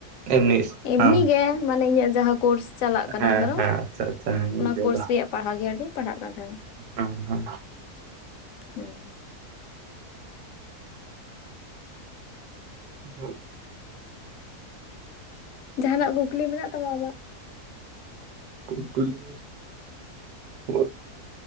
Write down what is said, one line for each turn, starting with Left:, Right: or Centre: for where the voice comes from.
Right: ᱮᱢᱱᱤ
Left: ᱮᱢᱱᱤ
Right: ᱦᱮᱸ
Left: ᱜᱮ ᱢᱟᱱᱮ ᱤᱧᱟᱜ ᱡᱟᱦᱟᱸ ᱠᱳᱨᱥ ᱪᱟᱞᱟᱜ ᱠᱟᱱᱟ
Right: ᱦᱮᱸ
Left: ᱫᱷᱚᱨᱚ
Right: ᱦᱮᱸ ᱟᱪᱪᱷᱟ ᱟᱪᱪᱷᱟ ᱵᱩᱡᱷᱟᱹᱣᱫᱟ
Left: ᱚᱱᱟ ᱠᱳᱨᱥ ᱨᱮᱭᱟᱜ ᱯᱟᱲᱦᱟᱣ ᱜᱮ ᱟᱨᱠᱤᱧ ᱯᱟᱲᱦᱟᱜ ᱠᱟᱱ ᱛᱟᱦᱮᱱᱟ
Right: ᱚ ᱦᱚ
Left: ᱦᱮᱸ
Right: <inaudible>
Left: ᱡᱟᱸᱦᱟᱱᱟᱜ ᱠᱩᱠᱞᱤ ᱢᱮᱱᱟᱜ ᱛᱟᱢᱟ ᱟᱢᱟᱜ
Right: ᱠᱩᱠᱞᱤ ᱵᱚᱞᱛᱮ